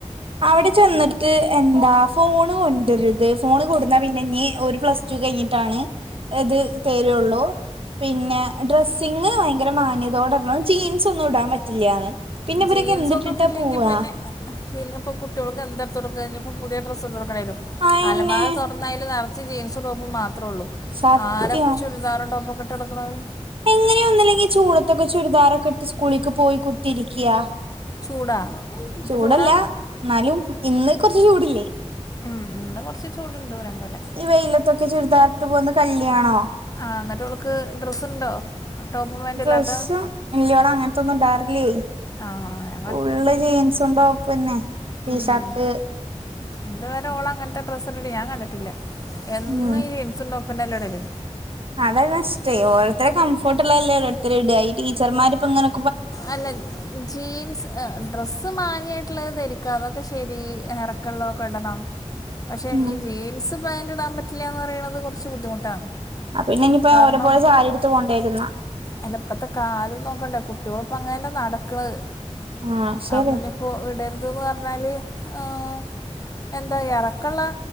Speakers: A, on the right; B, on the left.
A: അവിടെ ചെന്നിട്ട് എന്താ ഫോണ് കൊണ്ടരുത് ഫോണ് കൊടുന്നാ പിന്നെ ഇനീ ഓര് പ്ലസ് റ്റൂ കഴിഞ്ഞിട്ടാണ് എത് തരുള്ളൂ പിന്നെ ഡ്രെസ്സിങ്ങ് ഭയങ്കര മാന്യതയോടെണം ജീൻസ് ഒന്നും ഇടാൻ പറ്റില്ലാന്ന് പിന്നെ ഇവരൊക്കെ
B: ജീൻസൊന്നുട്ടില്ലെങ്കി
A: എന്തിട്ടിട്ടാ പോവാ
B: പിന്നെ പിന്നെ ഇപ്പൊ കുട്ടികൾക്ക് എന്താ എടുത്തു കൊട്ക്കാ ഇനിയിപ്പോ പുതിയ ഡ്രസ്സ് <unintelligible> കൊടുക്കണ്ടി വെരും
A: അയന്നെ
B: അലമാര തൊറന്ന ന്നാ അയില് നെറച്ച് ജീൻസും ടോപ്പ് മാത്രേ ഒള്ളൂ
A: സത്യം
B: ആരപ്പാ ചുരിദാറും ടോപ്പൊക്കെ ഇട്ട് നടക്കുന്നത്
A: എങ്ങനെയാ ഒന്നുല്ലെങ്കി ഈ ചൂടത്തൊക്കെ ചുരിദാറൊക്കെ ഇട്ട് സ്കൂളിക്ക് പോയി കുത്തിയിരിക്കയാ
B: ചൂടാ ഇപ്പോൾ
A: ചൂടല്ല
B: ചൂടാ
A: എന്നാലും ഇന്ന് കൊറച്ച് ചൂടില്ലേ
B: ഉം ഉം ഇന്ന് കൊറച്ച് ചൂടുണ്ട് പറയും പോലെ
A: ഈ വെയിലത്തൊക്കെ ചുരിദാറിട്ട് പോന്നെ കല്യാണോ
B: ആഹ് എന്നിട്ട് ഓൾക്ക് ഡ്രസ്സുണ്ടോ ടോപ്പും പാൻറ്റും
A: ഡ്രസ്സ്
B: ഇല്ലാത്ത
A: ഇല്ലാ ഓള് അങ്ങനത്തെ ഒന്നും ഇടാറില്ലേ
B: ആഹ്
A: ഫുള്ള് ജീൻസും ടോപ്പന്നെ ടീഷർട്ട്
B: ഉം. ഇതുവരെ ഓള് അങ്ങനത്തെ ഡ്രസ്സ് ഇട്ടിട്ട് ഞാൻ കണ്ടിട്ടില്ല എന്നും
A: ഉം
B: ഈ ജീൻസ് ടോപ്പന്നെയല്ലേ ഇടല്
A: അതാ കഷ്ട്ടേ ഓരോരുത്തരെ കംഫർട്ട് ഇള്ളതല്ലേ ഓരോരുത്തര് ഇടാ ഈ ടീച്ചർമാരിപ്പങ്ങനെ
B: അല്ല ഞ് ജീൻസ് ഏഹ് ഡ്രസ്സ് മാന്യായിട്ട്ള്ളത് ധരിക്കാ അതൊക്കെ ശരി എറക്കെള്ളതൊക്കെ ഇടണം പക്ഷെ
A: ഉം
B: ഈ ജീൻസ് പാന്റ് ഇടാൻ പറ്റില്ലാന്ന് പറയണത് കൊറച്ച് ബുദ്ധിമുട്ടാണ്
A: പിന്നെ ഇനിയിപ്പോ
B: കാരണം
A: ഓരോ പോലെ സാരി ഉടുത്ത് പോണ്ടിവെരും
B: അല്ല ഇപ്പത്തെ കാലം നോക്കണ്ടേ കുട്യോളിപ്പോ അങ്ങനല്ലെ നടക്കണത്
A: ആഹ് ശരി
B: അപ്പ ഇനി ഇ ഇവിടരുതന്ന് പറഞ്ഞാല് ആഹ് എന്താ ഇറക്കുള്ള